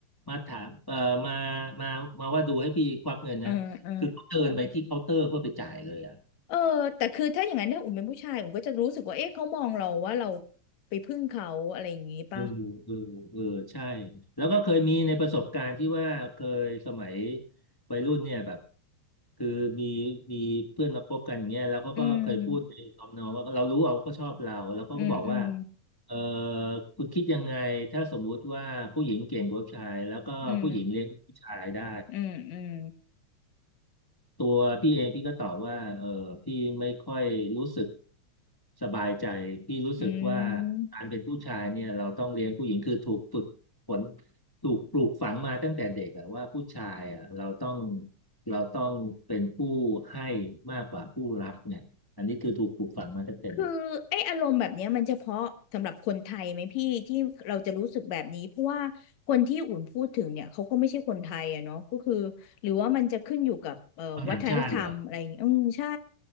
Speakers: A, on the left (about 25°); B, on the left (about 75°).
A: มาถามเอ่อมามามาว่าดูให้พี่ควักเงินนะคือเขาเดินไปที่เคาน์เตอร์เพื่อไปจ่ายเลยอะ
B: เออเออเออแต่คือถ้าอย่างนั้นถ้าอุ่นเป็นผู้ชายอุ่นก็จะรู้สึกว่าเอ๊ะเขามองเราว่าเราไปพึ่งเขาอะไรอย่างงี้ป่ะ
A: เออเออเออใช่แล้วก็เคยมีในประสบการณ์ที่ว่าเคยสมัยวัยรุ่นเนี่ยแบบคือมีมีเพื่อนมาคบกันอย่างเงี้ยแล้วเขาก็เคยพูดในทำนองว่าเรารู้ว่าเขาชอบเราแล้วเขาก็บอกว่า
B: อืมอืมอืม
A: เออคุณคิดยังไงถ้าสมมุติว่าผู้หญิงเก่งกว่าผู้ชายแล้วก็ผู้หญิงเลี้ยงผู้ชายได้
B: อืมอืมอืม
A: ตัวพี่เองพี่ก็ตอบว่าเออพี่ไม่ค่อยรู้สึกสบายใจพี่รู้สึกว่า
B: อื
A: การเป็นผู้ชายเนี่ยเราต้องเลี้ยงผู้หญิงคือถูกฝึกฝน
B: ม
A: ถูกปลูกฝังมาตั้งแต่เด็กอะว่าผู้ชายอะเราต้องเราต้องเป็นผู้ให้มากกว่าผู้รับเนี่ยอันนี้คือถูกปลูกฝังมาตั้งแต่เด็ก
B: คือไอ้อารมณ์แบบเนี้ยมันเฉพาะสำหรับคนไทยไหมพี่ที่เราจะรู้สึกแบบนี้เพราะว่าคนที่อุ่นพูดถึงเนี่ยเขาก็ไม่ใช่คนไทยอะเนาะก็คือหรือว่ามันจะขึ้นอยู่กับเอ่อวัฒนธรรมอะไรอย่างเงี้ยอืมใช่
A: ฝรั่งต่างชาติเหรอ